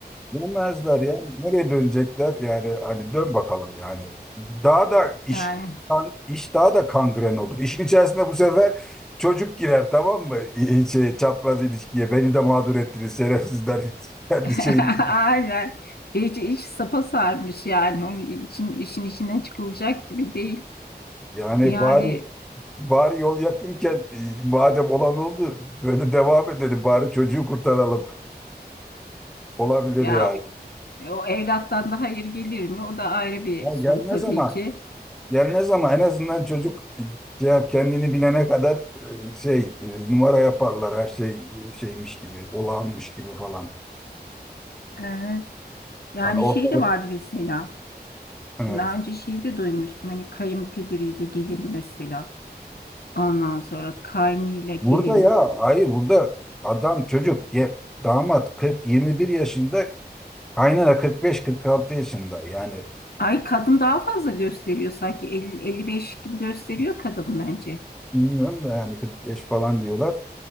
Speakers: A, in the centre; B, on the left.
A: Dönmezler ya. Nereye dönecekler? Yani hani dön bakalım yani. Daha da iş
B: Yani
A: kan- iş daha da kangren olur. İşin içerisinde bu sefer çocuk girer tamam mı? İ- Şey, çapraz ilişkiye. Beni de mağdur ettiniz şerefsizler. <laughs> Kendi
B: <laughs>
A: şeyiniz.
B: aynen. İyice iş sapa sarmış yani. Onun için işin içinden çıkılacak gibi değil.
A: Yani
B: Yani
A: bari bari yol yakınken e, madem olan oldu böyle devam edelim. Bari çocuğu kurtaralım. Olabilir
B: ya
A: yani.
B: o evlattan da hayır gelir mi? O da ayrı bir
A: Ya
B: soru
A: gelmez
B: tabii
A: ama
B: ki.
A: Gelmez ama en azından çocuk şey yap, kendini bilene kadar e, şey e, numara yaparlar her şey e, şeymiş gibi olağanmış gibi falan.
B: Evet. Yani
A: Yani ortalık
B: şey de vardı mesela.
A: evet.
B: Daha önce şeyi de duymuştum. Hani kayınpederiyle gelin mesela. Ondan sonra kaynıyla gelin.
A: Burada ya hayır burada adam çocuk ya, damat 40-21 yaşında kaynana 45-46 yaşında yani
B: Ay kadın daha fazla gösteriyor sanki. elli elli beş gibi gösteriyor kadın bence.
A: bilmiyorum da yani 45 falan diyorlar.